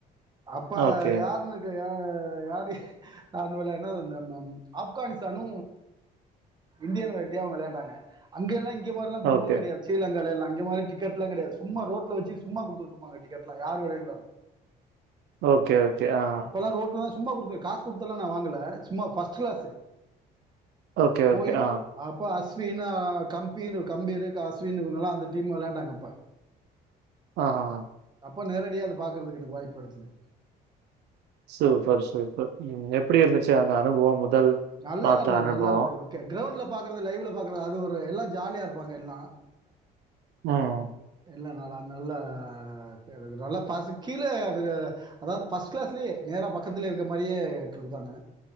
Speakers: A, on the right; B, on the right.
A: அப்ப
B: ஓகே,
A: யாருன்னுக்கு ய யாரு யார் விளையாடுனா ந ந ம் ஆப்கானிஸ்தானு இன்டியா இன்டியாவு வெளையாண்டாங்க அங்கெல்லா இங்க மார்லா கும்பல்
B: ஓகே,
A: கெடையாது ஸ்ரீலங்காலெல்லா இங்க மாரி டிக்கெட்லா கெடையாது சும்மா ரோட்ல வெச்சு சும்மா குடுத்துட்ருப்பாங்க டிக்கெட்லா யார் வரிங்ளோ
B: ஓகே ஆ,
A: அப்பலா ரோட்ல சும்மா குடுத்து காசு குடுத்துலா நா வாங்கல சும்மா ஃபஸ்ட் கிளாஸு
B: ஓகே, ஓகே.
A: போயி
B: ஆ,
A: அப்ப அஸ் வீனா கம்பீர் கம்பீரு அஸ்வின் இவுங்கெலா அந்த டீம் விளையாண்டாங்க அப்ப
B: ஆ ஆ ஆ
A: அப்ப நேரடியா அத பாக்கறதுக்கு எனக்கு வாய்ப்பு கெடச்சிது
B: சூப்பர் சூப்பர் ம் எப்டி இருந்துச்சு அந்த அனுபவம் முதல்
A: நல்ல
B: பாத்த
A: நல்லா
B: அனுபவம்?
A: நல்லா இருந்தது ஓகே கிரௌண்ட்ல பாக்குறது லைவ்ல பாக்குறது அது ஒரு எல்லா ஜாலியா இருப்பாங்க எல்லா
B: உம்
A: எல்லா நால அ நல்லா அது நல்லா ப கீழே அது அதாது ஃபர்ஸ்ட் கிளாஸ்லயே நேரா பக்கத்துல இருக்க மாதிரியே குடுத்தாங்க